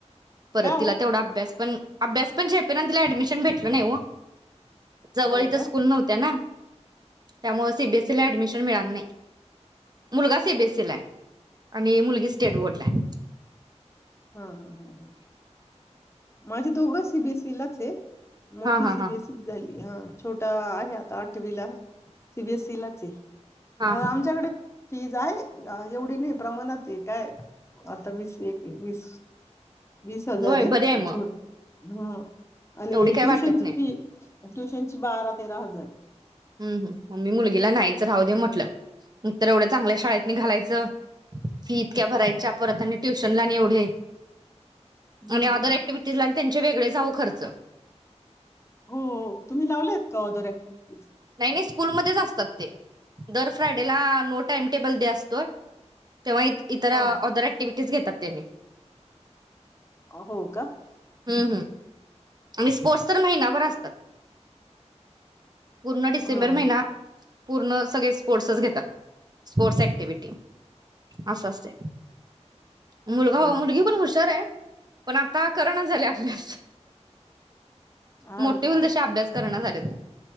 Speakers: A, on the right; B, on the left.
A: परत
B: का हो
A: तिला तेवढा अभ्यास पण अभ्यास पण झेपेना अन तिला ऍडमिशन भेटल नाही ओ. जवळ
B: हो
A: हीत
B: का
A: स्कूल नव्हत्या ना. त्यामुळं सिबिएसीला एडमिशन मिळाल नाही मुलगा सिबिएसीलाय. अणि मुलगी स्टेट
B: ह
A: बोर्डलाय.
B: हा हा. माझे दोघ सिबिएसी लाच ये. मोठी
A: हा हा
B: सिबिएसी
A: हा
B: त झाली. <unintelligible> छोटा आहे आता आठवी ला सीबीएसई ला <unintelligible>
A: हा
B: अ आमच्याकडे फीज आहे एवढी नाही प्रमाणात आहे काय, आता वीस एक वीस वीस हजार
A: होय
B: ये??
A: बरी आहे मग
B: झो हम्म अणि
A: एवढी काय
B: ट्युशनची
A: वाटत नाही
B: फी ट्युशन ची बारा तेरा हजार ये.
A: हम्म हम्म मी मुलगीला नाहीच राहू दे म्हटल, मग तर एवढ्या चांगल्या शाळेत नि घालायचं, फी इतक्या भरायच्या परत अनी ट्युशनला आणि एवढे
B: हम्म
A: अणि ऑदर ऍक्टिव्हटीजला त्यांचे वेगळे च आहो खर्च.
B: हो तुम्ही लावलेत का ऑदर ऍक्टिव्हटीज?
A: नई स्कूल मधेच असतात ते दर फ्रायडे ला नोट? टाइम टेबल डे असतोय. तेव्हा इत इतर
B: हा
A: ऑदर ऍक्टिव्हिटी तेच घेतात त्यांनी
B: अ हो का
A: हम्म हम्म आणि स्पोर्ट्स तर महिनाभर असतात पूर्ण डिसेंबर
B: हा हा.
A: महिना पूर्ण सगळे स्पोर्ट्सच घेतात स्पोर्ट्स ऍक्टिव्हटी असं असतय. मुलगा
B: हा
A: हो. मुलगी पण हुशारए. पण आता करणं झाल्या अभ्यास
B: हा
A: मोठे होईल
B: हा.
A: तसे अभ्यास करना झालेत.